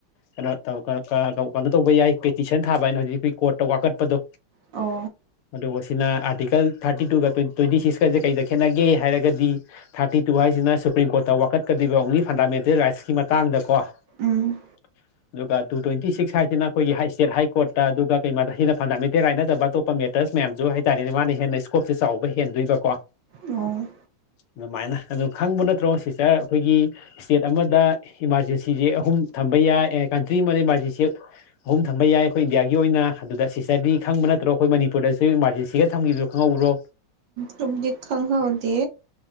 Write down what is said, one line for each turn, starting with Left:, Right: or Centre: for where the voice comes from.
Left: ꯀꯩꯅꯣ ꯀꯩꯅꯣ ꯇꯧꯕ ꯌꯥꯏ ꯄꯦꯇꯤꯁꯟ ꯊꯥꯕ ꯍꯥꯏꯅ ꯍꯧꯖꯤꯛ ꯑꯩꯈꯣꯏ ꯀꯣꯔꯠꯇ ꯋꯥꯀꯠꯄꯗꯣ
Right: ꯑꯣ
Left: ꯑꯗꯨꯒ ꯁꯤꯅ ꯑꯥꯔꯇꯤꯀꯜ ꯊꯥꯔꯇꯤ ꯇꯨꯒ ꯇ꯭ꯋꯦꯟꯇꯤ ꯁꯤꯛꯁꯀꯁꯦ ꯀꯩꯗ ꯈꯦꯠꯅꯒꯦ ꯍꯥꯏꯔꯒꯗꯤ ꯊꯥꯔꯇꯤ ꯇꯨ ꯍꯥꯏꯁꯤꯅ ꯁꯨꯄ꯭ꯔꯤꯝ ꯀꯣꯔꯠꯇ ꯋꯥꯀꯠꯀꯗꯕ ꯑꯣꯡꯂꯤ ꯐꯟꯗꯥꯃꯦꯟꯇꯦꯜ ꯔꯥꯏꯠꯁꯀꯤ ꯃꯇꯥꯡꯗ ꯀꯣ
Right: ꯎꯝ
Left: <inaudible> ꯑꯗꯨꯒ ꯇꯨ ꯇ꯭ꯋꯦꯟꯇꯤ ꯁꯤꯛꯁ ꯍꯥꯏꯁꯤꯅ ꯑꯩꯈꯣꯏꯒꯤ ꯏꯁꯇꯦꯠ ꯍꯥꯏ ꯀꯣꯔꯠꯇ ꯑꯗꯨꯒ ꯀꯩ ꯁꯤꯅ ꯐꯟꯗꯥꯃꯦꯟꯇꯦꯜ ꯔꯥꯏꯠꯠꯇꯕꯇꯣꯄ ꯑꯄ ꯃꯦꯇꯔꯁ ꯃꯌꯥꯝꯁꯨ ꯍꯥꯏꯇꯥꯔꯦꯅꯦ ꯃꯥꯅ ꯍꯦꯟꯅ ꯏꯁꯀꯣꯞꯁꯦ ꯆꯥꯎꯕ ꯍꯦꯟꯗꯣꯏꯕꯀꯣ
Right: ꯑꯣ
Left: ꯑꯗꯨꯃꯥꯏꯅ ꯑꯗꯨꯣ ꯈꯪꯕ ꯅꯠꯇ꯭ꯔꯣ ꯁꯤꯁꯇꯔ ꯑꯩꯈꯣꯏꯒꯤ ꯏꯁꯇꯦꯠ ꯑꯃꯗ ꯏꯃꯥꯔꯖꯦꯟꯁꯤꯁꯦ ꯑꯍꯨꯝ ꯊꯝꯕ ꯌꯥꯏ ꯀꯟꯇ꯭ꯔꯤ ꯑꯃꯗ ꯏꯃꯥꯔꯖꯦꯟꯁꯤ ꯑꯍꯨꯝ ꯊꯝꯕ ꯌꯥꯏ ꯑꯩꯈꯣꯏ ꯏꯟꯗꯤꯌꯥꯒꯤ ꯑꯣꯏꯅ ꯑꯗꯨꯗ ꯁꯤꯁꯇꯔꯗꯤ ꯈꯪꯕ ꯅꯠꯇ꯭ꯔꯣ ꯑꯩꯈꯣꯏ ꯃꯅꯤꯄꯨꯔꯗꯁꯨ ꯏꯃꯥꯔꯖꯦꯟꯁꯤꯒ ꯊꯝꯈꯤꯕꯗꯨ ꯈꯪꯍꯧꯕ꯭ꯔꯣ
Right: ꯇꯒꯤ ꯈꯪ ꯍꯧꯗꯦ